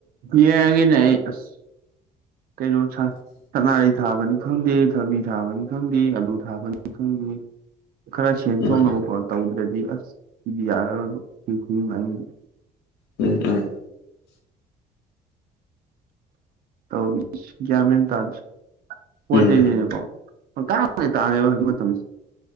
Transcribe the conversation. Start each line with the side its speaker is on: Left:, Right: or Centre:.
Right: ꯌꯦꯡꯉꯤꯅꯦ ꯑꯩ ꯑꯁ ꯀꯩꯅꯣ ꯁꯥꯅꯔꯩ ꯊꯥꯕꯅꯤ ꯈꯪꯗꯦ ꯊꯕꯤ ꯊꯥꯕꯅꯤ ꯈꯪꯗꯦ ꯑꯂꯨ ꯊꯥꯕꯅꯤ ꯈꯪꯗꯦ ꯈꯔ ꯁꯦꯝꯦꯟꯊꯣꯛꯅꯕ
Left: ꯎꯝ
Right: ꯈꯣꯠ ꯇꯧꯗ꯭ꯔꯗꯤ ꯑꯁ ꯁꯤꯗꯤ ꯌꯥꯔꯔꯣꯏꯕ ꯁꯤ ꯈꯨꯍꯤꯡ ꯂꯥꯛꯍꯤꯡ
Left: ꯎꯝ
Right: ꯇꯧꯁꯤ ꯒꯌꯥꯟ ꯃꯦꯟ ꯇꯥꯗ ꯔꯦ ꯄꯣꯠ
Left: ꯎꯝ
Right: ꯆꯩꯅꯀꯣ ꯄꯪꯇꯥꯡꯗ ꯇꯥꯡꯉꯦꯕ ꯍꯧꯖꯤꯛ ꯃꯇꯝꯁꯤ